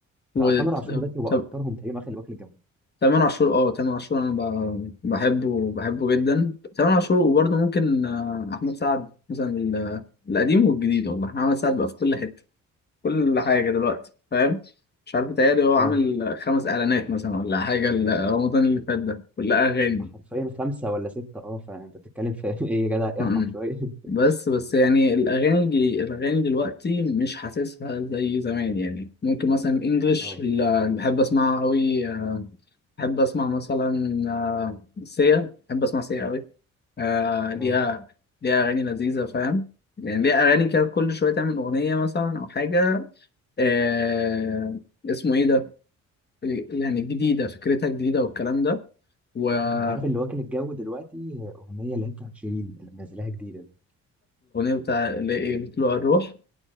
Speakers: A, on the left; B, in the centre.
A: و...
B: تامر عاشور دلوقتي هو اكترهم
A: طب
B: تقريبا واخد واكل الجو
A: تامر عاشور اه تامر عاشور انا ب- بحبه بحبه جدا تامر عاشور وبرضه ممكن آه، احمد سعد مثلا ال- القديم والجديد والله احمد سعد بقى في كل حته كل حاجه دلوقتي فاهم مش عارف متهيألي هو عامل
B: اه
A: خمس اعلانات مثلا ولا حاجه ال- رمضان اللي فات ده كلها اغاني
B: حرفيا خمسه ولا سته اه فانت بتتكلم في <laughs> ايه يا جدع
A: م-م.
B: ارحم شويه <laughs>
A: بس بس يعني الاغاني الج- الاغاني دلوقتي مش حاسسها زي زمان يعني ممكن مثلا انجلش
B: اه
A: اللي بحب اسمعها قوي بحب اسمع مثلا آه، سيا بحب اسمع سيا قوي آه
B: اه
A: ليها ليها أغاني لذيذة فاهم يعني ليها أغاني كده كل شوية تعمل أغنية مثلا أو حاجة آه اسمه إيه ده يعني جديدة فكرتها جديدة والكلام ده والأغنية
B: انت عارف اللي واكل الجو دلوقتي اغنيه اللي هي بتاعت شيرين اللي منزلاها جديده دي
A: بتاع اللي إيه بتلوع الروح